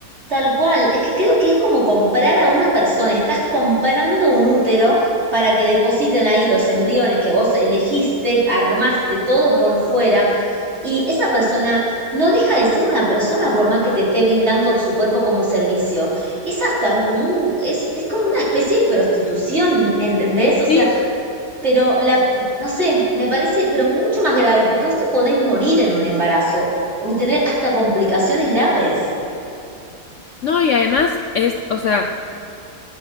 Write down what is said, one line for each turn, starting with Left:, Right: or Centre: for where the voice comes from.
Right: Tal cual, es que creo que es como comprar a una persona, estás comprando un útero para que depositen ahí los embriones que vos elegiste, armaste todo por fuera y esa persona no deja de ser una persona por más que te esté brindando su cuerpo como servicio. Es hasta un, como un- es, es como una especie de prostitución, ¿entendés? O sea,
Left: Sí.
Right: pero la, no sé, me parece, pero mucho más grave porque vos te podés morir en un embarazo o tener hasta complicaciones graves.
Left: No, y además es, o sea,